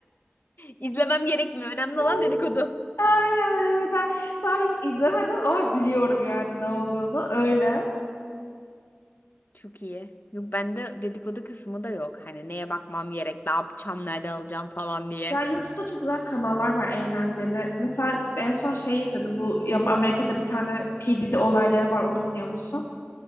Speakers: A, on the left (about 55°); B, on the left (about 85°).
A: İzlemem gerekmiyor. Önemli
B: <laughs>
A: olan dedikodu.
B: Aynen evet. Daha, daha hiç izlemedim ama biliyorum yani ne olduğunu. Öyle.
A: Çok iyi. Yok bende dedikodu kısmı da yok. Hani neye bakmam gerek, ne yapacağım, nerede alacağım falan diye.
B: Ya YouTube'da çok güzel kanallar var eğlenceli. Mesela en son şey izledim. Bu ya Amerika'da bir tane P. Diddy olayları var. Onu biliyor musun?